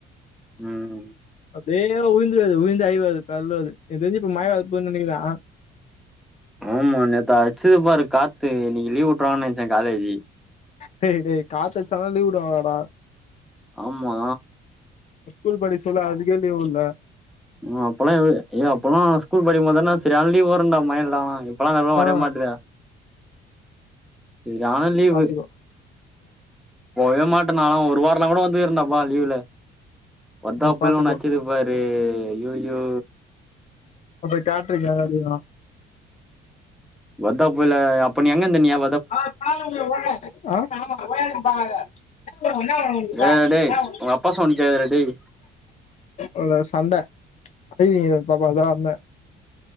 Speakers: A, in the centre; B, on the left.
A: ம்
B: அப்டே உழுந்துறாத உழுந்து அழுவாத கால்லது எனக் தெரிஞ்சு இப்ப மழ வரப்போத் நெனைக்கிற ஆ
A: ஆமா நேத்து அச்சது பாரு காத்து இன்னைக்கு லீவ் விட்டுருவானென்ச்சே காலேஜி
B: டேய் டேய் காத்தடிச்சால்லா லீவ் விடுவாங்களாடா
A: ஆமா
B: ஸ்கூல் படிஸ்சொல்ல அதுக்கே லீவ் உட்ல
A: ஆ அப்பல்லா ஏய் அப்பல்லா ஸ்கூல் படிக்கும் போதுனா சரியான லீவ் வருண்டா மைழ்ல்லா இப்பெல்லா இந்த பக்கோ
B: ஆ
A: வரே மாட்ற செரியான லீவு
B: பாத்துக்கோ
A: போவே மாட்ட நாலா ஒரு வாரலா கூட வந்து இருந்தப்பா லீவுல வந்தாப்பையு
B: ம் பாத்துக்கோ
A: ஒன்னச்சது பாரு ஐய்யய்யோ
B: அப்ப கேட்ருக்க ஏதாதுன்னா
A: வத்தா போல அப்ப நீ எங்கந்த நீயி
B: ஆ
A: டேய் டேய் உங்க அப்பா சொன்னுச்சாரா டேய்
B: இல்ல சண்ட அயி பாப்பாதா அண்ண